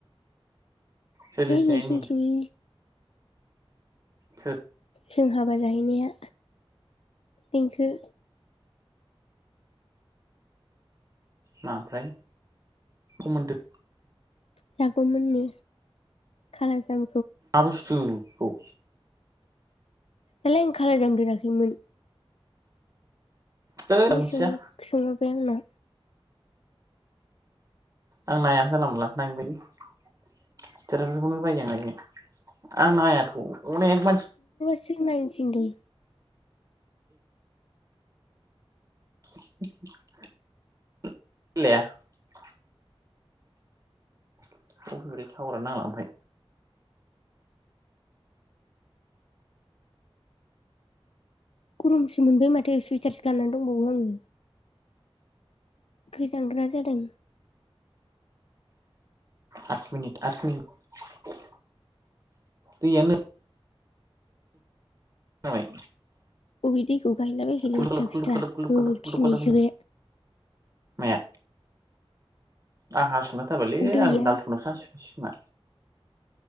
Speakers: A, on the right; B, on the left.
A: सोरजों
B: ओइ
A: सिनायनि
B: नोंखिनिथिंनि
A: सोर?
B: जों हाबा जाहैनाया देंखो
A: मा आफ्राय मोनदों
B: जागौमोननो खालाजाम
A: आब जु खौ
B: दालाय आं खालाजाम फेराखैमोन
A: थोद
B: ओफ्राय
A: मिथिया
B: सों-सोंहराय आंनाव
A: आं नाया जानला मोनला नायनो बायो स्थेटासफोरखौनो बायो आं नायनो आं नायाथ' अनेक मानसिनि
B: सोर नायनो थिनदों
A: <unintelligible> <unintelligible> थावरानो नांला ओमफ्राय
B: गरमसो मोनबाय माथो सुइटारसो गाननानै दंबावो आङो। गोजांग्रा जादों।
A: आ मिनिट आ मिनिट दैआनो जाबाय
B: अबे दैखौ गायलाबायख
A: खुलुब
B: लायथ्रा फिथ्रा
A: खुलुब खुलुब खुलुब
B: गोबोरखिनिसो
A: खुलुब खुलुब खुलुब होनो
B: बे
A: माया आं हासुगोन। ओखारबायलै
B: दैया
A: आं दालुुनावसो हासुहैनोसै खोमा।